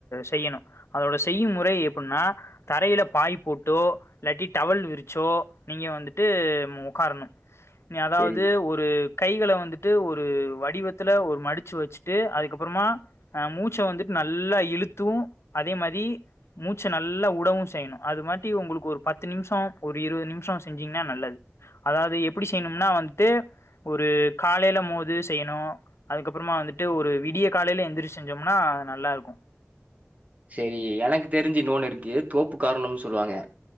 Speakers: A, on the left (about 70°); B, on the right (about 35°).
A: செய்யணு அதோட செய்யும் முறை எப்டினா தரையில பாய் போட்டோ இல்லாட்டி டவல் விரிச்சோ நீங்க வந்துட்டு உக்காரணும் நீ அதாவது
B: சரி,
A: ஒரு ஒரு கைகளை வந்துட்டு ஒரு வடிவத்துல ஒரு மடிச்சு வச்சுட்டு அதுக்கப்புறமா அ மூச்ச வந்துட்டு நல்லா இழுத்தூ அதே மாரி மூச்ச நல்லா உடவும் செய்யணும் அது மாட்டி உங்களுக்கு ஒரு பத்து நிமிஷோ ஒரு இருவது நிமிஷோ செஞ்சீங்கன்னா நல்லது அதாவது எப்டி செய்யணும்னா வந்ட்டு ஒரு காலையில மோது செய்ணு அதுக்கப்புறமா வந்துட்டு ஒரு விடிய காலையில எந்திரி செஞ்சோம்னா நல்லா இருக்கும்
B: சேரி எனக்கு தெரிஞ்சு நோன் இருக்கு தோப்பு காரணம்னு சொல்லுவாங்க